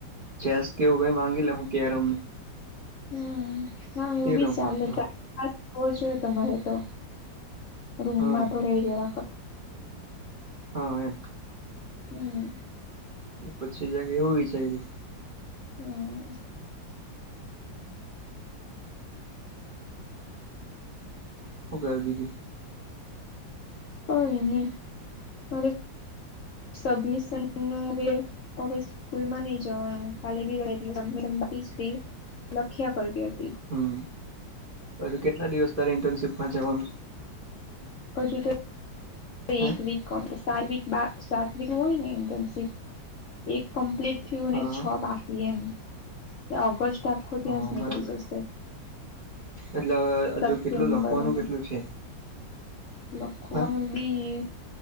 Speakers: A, on the right (about 30°); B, on the left (about 55°).
A: ચેસ કેવું કઈ માંગી લે હું કેરમ ની.
B: હમ હા એવું બી
A: રમવાનું
B: ચાલે તા હોવો જોઈએ તો મરે તો રૂમ
A: હા
B: માં ભરાઈ રેવા ક
A: હા, એમ.
B: હમ.
A: પછી જરાક કે એવું વિચાર્યુ.
B: હમ.
A: હું કરે બીજું.
B: કોઈ ની મારે સબમિશન નુંવે અવે સ્કૂલમાં નય જવાનું ખાલી બી એડ સબમિશન માંથી જ ફ્રી. લખ્યા કરતી અતી.
A: હમ હજુ કેટલા દિવસ તારે ઇન્ટર્નશીપમાં જવાનું છે?
B: અજુ તો.
A: છે
B: એક
A: હે
B: વીક કમ્પ સાત વીક હોય ને ઇન્ટર્નશીપ એક કમ્પ્લીટ. થીયુ ને
A: હા
B: છ બાકી એમ ઓગસ્ટ આખો ત્યાં
A: હા
B: જ નીકળી
A: બરાબર
B: જશે.
A: એટલે હવે
B: સપ્ટેમ્બરમાં
A: હજુ કેટલું લખવાનું કેટલું છે?
B: લખવાનું.
A: હા
B: બી